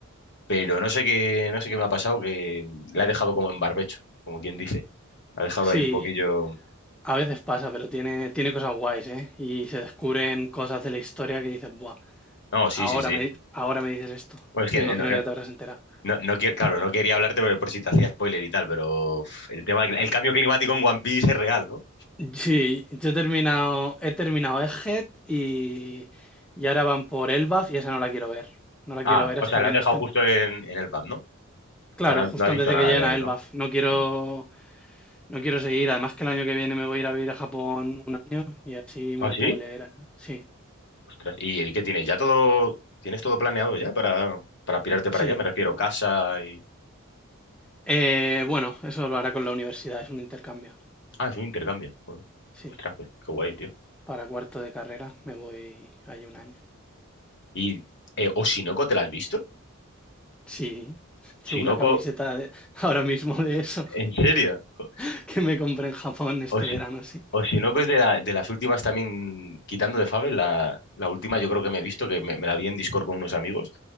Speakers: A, on the left; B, in the centre.
A: Pero no sé qué, no sé qué me ha pasado, que la he dejado como en barbecho, como quien dice. La he dejado
B: Sí,
A: ahí un poquillo.
B: a veces pasa, pero tiene, tiene cosas guays, ¿eh? Y se descubren cosas de la historia que dices, buah,
A: No, sí,
B: ahora
A: sí, sí.
B: me, ahora me dices esto,
A: Bueno, es que
B: que imagino
A: no, no,
B: que ya te habrás enterado.
A: no, no quiero- claro, no quería hablarte por, por si te hacía spoiler y tal, pero uf, el tema, el cambio climático en One Piece es real, ¿no?
B: Sí, yo he terminado, he terminado Egghead y, y ahora van por Elbaf y esa no la quiero ver. No la
A: Ah,
B: quiero ver
A: o
B: hasta
A: sea, lo
B: que
A: has dejado
B: no esté.
A: justo en, en el pub, ¿no? O
B: Claro,
A: sea, no,
B: justo
A: no has visto
B: antes de
A: nada
B: que lleguen
A: de ahí,
B: a Elbaf.
A: ¿no?
B: No quiero,
A: Mm.
B: no quiero seguir. Además que el año que viene me voy a ir a vivir a Japón un año y así me
A: ¿Ah,
B: lo
A: sí?
B: puedo leer. allá. Sí,
A: Ostras, ¿y, y qué tienes? ¿Ya todo, tienes todo planeado ya para, para pirarte para
B: sí.
A: allá? Me refiero, casa y...
B: Eh, bueno, eso lo hará con la universidad, es un intercambio.
A: Ah, es un intercambio. Joder.
B: Sí,
A: Ostras, pues, qué guay, tío.
B: para cuarto de carrera me voy ahí un año.
A: ¿Y eh, Oshinoko te la has visto?
B: Sí, llevo
A: Shinoko,
B: una camiseta de- ahora mismo de eso
A: ¿en serio? Jo-
B: <laughs> que me compré en Japón este
A: O si,
B: verano, sí.
A: o si no, que es de, la- de las últimas también, quitando de Fable, la, la última yo creo que me he visto, que me, me la vi en Discord con unos amigos,